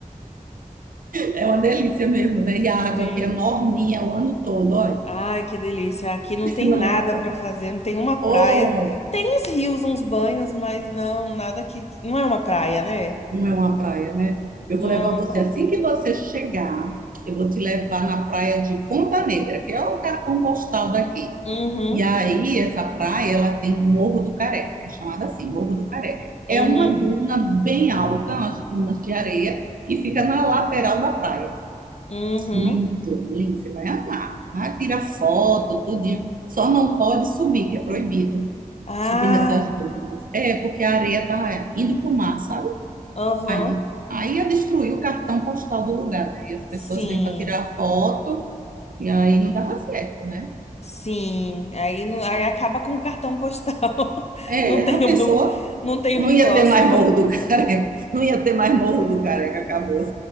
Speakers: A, on the right; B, on the left.
A: É uma delícia mesmo, né?
B: Sim.
A: E a água aqui é morninha o ano todo, olha.
B: Ai, que delícia. Aqui não
A: <laughs>
B: tem
A: Não
B: nada
A: é água.
B: pra fazer, não tem uma
A: Oh!
B: praia. Tem uns rios, uns banhos, mas não, nada que. Não é uma praia, né?
A: Não é uma praia, né? Eu
B: Não
A: vou levar
B: é uma
A: você
B: praia.
A: assim que você chegar. Eu vou te levar na praia de Ponta Negra, que é o cartão postal daqui.
B: Uhum,
A: E aí, essa praia, ela tem o Morro do Careca, que é chamada assim, Morro do Careca. É
B: uhum,
A: uma duna bem alta, umas dunas de areia, que fica na lateral da praia.
B: uhum.
A: Lindo, lindo, você vai amar. Ah, tira foto, tudinho. Só não pode subir, que é proibido
B: Ah,
A: subir nessas dunas. É, porque a areia tá indo pro mar, sabe?
B: aham.
A: Aí, não- aí ia destruir o cartão postal do lugar, né? E as pessoas
B: Sim,
A: vêm para tirar foto, e aí não dava certo, né?
B: sim. Aí, não- aí acaba com o cartão postal. <laughs>
A: É,
B: Não tem,
A: a pessoa
B: um do- não tem
A: não
B: um
A: ia
B: próximo.
A: ter mais Morro do <laughs> Careca, não ia ter mais Morro do Careca, acabou.